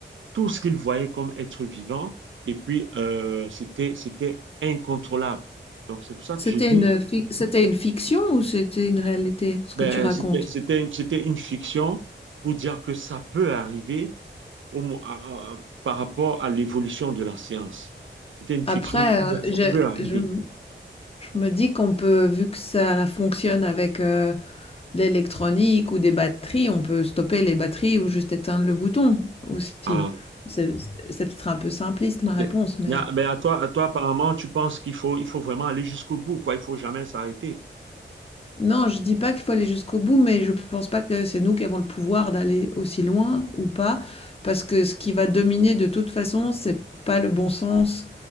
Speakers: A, on the right; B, on the left.
A: tout ce qu'ils voyaient comme être vivant et puis euh, c'était, c'était incontrôlable. Donc, c'est pour ça
B: C'était
A: que j'ai dit,
B: une fic c'était une fiction ou c'était une réalité, ce
A: ben,
B: que tu racontes?
A: c'était, c'était, c'était une fiction pour dire que ça peut arriver au mo- à- à- par rapport à l'évolution de la science. C'était une
B: Après,
A: fiction pour
B: heu,
A: dire que
B: je
A: ça peut arriver.
B: je je me dis qu'on peut, vu que ça fonctionne avec, heu, l'électronique ou des batteries, on peut stopper les batteries ou juste éteindre le bouton aussi.
A: Ah,
B: C'est c'est peut-être un peu simpliste ma
A: Ok.
B: réponse, mais
A: Il y a- ben, à toi, à toi, apparemment, tu penses qu'il faut, il faut vraiment aller jusqu'au bout, quoi. Il faut jamais s'arrêter.
B: Non, je dis pas qu'il faut aller jusqu'au bout, mais je pense pas que c'est nous qui avons le pouvoir d'aller aussi loin ou pas, parce que ce qui va dominer de toute façon, c'est pas le bon sens,